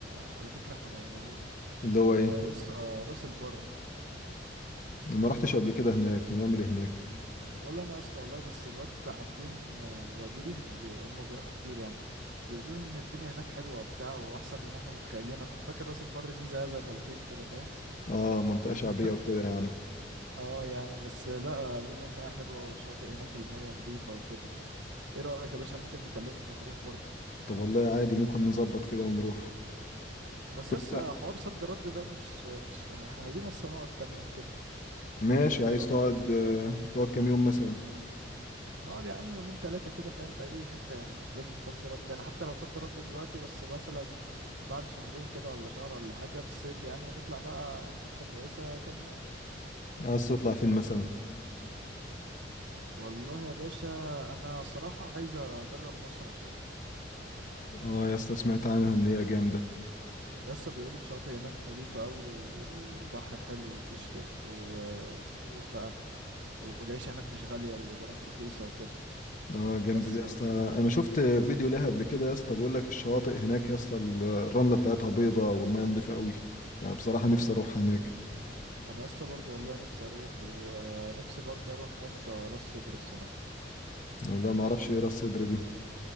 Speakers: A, on the right (about 70°); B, on the left (about 45°).
A: على فكره احنا ما قلناهوش
B: اللي هو ايه
A: آه، يسطا راس البر
B: ما رحتش قبل كده هناك هنعمل ايه هناك
A: ولا انا يسطا والله بس الواد عابدين وجيه بي... هم بيروحوا كتير يعني بيقولوا لي ان الدنيا هناك حلوه وبتاع واحسن من احنا متخيلين انا كنت فاكر راس البر دي زي زي بلطيم كده فاهم
B: اه منطقة شعبية
A: <laughs>
B: وكده يعني
A: اه يعني بس لا قالوا لي انها حلوه والشاطئ هناك الميه نظيفه وكده ايه رايك يا باشا ممكن نكلمهم ونروح برضو
B: طب والله عادي ممكن نظبط كده ونروح
A: بس لسه
B: لا
A: حوار صد رد ده مش مش ما احنا عايزين لسه نقعد كام يوم كده
B: ماشي
A: ولا
B: عايز
A: ايه رايك
B: تقعد آه، تقعد كام يوم مثلا
A: نقعد يا عم يومين ثلاثه كده فاهم في اي حته يعني مش لازم صد رد يعني حتى لو صد رد دلوقتي بس مثلا بعد شهرين كده ولا شهر ولا حاجه في الصيف يعني نطلع بقى حته كويسه كام يوم
B: عايز تطلع فين مثلا
A: والله يا باشا انا صراحه عايز اجرب مرسى مطروح
B: اه يا اسطى سمعت عنها ان هي جامدة
A: يسا بيقولوا الشاطئ هناك نظيفة قوي والبحر حلو وفيش كف و- وصخور بقى والعيشة هناك مش غالية والإيجارات رخيصة وكده
B: اه جامدة
A: بس
B: دي يا
A: يعني
B: اسطى انا شفت فيديو ليها قبل كده يا اسطى بيقول لك الشواطئ هناك يا اسطى الرملة بتاعتها بيضة والمية نضيفة قوي فبصراحة نفسي اروح هناك
A: أنا يسا برضو والله نفسي أروح ونفسي برضو أروح يسا راس سدر الصراحة
B: لا ما اعرفش ايه راس صدر دي